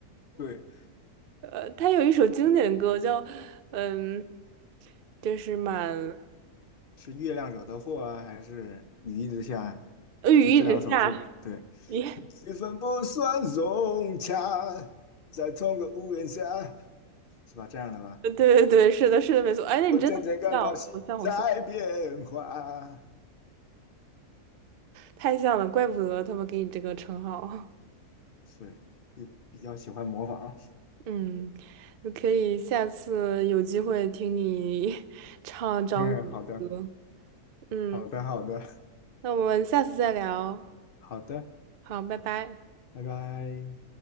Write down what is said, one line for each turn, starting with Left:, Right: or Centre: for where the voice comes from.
Left: <laughs> 对，
Right: 呃，他有一首经典的歌叫，嗯，就是满
Left: 是月亮惹的祸啊，还是雨一直下，啊？
Right: 呃雨一直下，
Left: 就这两首是对。
Right: 咦，
Left: 气氛不算融洽，在同个屋檐下，是吧？这样的吧？
Right: <laughs> 对对对，是的，是的，没错，哎，那你真的很像，
Left: 我渐渐感到心在变化，
Right: 好像好像。太像了，怪不得他们给你这个称号。<laughs>
Left: 是，就比较喜欢模仿。
Right: 嗯，就可以下次有机会听你 <laughs> 唱张宇的歌。
Left: <laughs> 嗯，好的，
Right: 嗯，
Left: 好的，好的，
Right: 那我们下次再聊。
Left: 好的，
Right: 好，拜拜。
Left: 拜拜。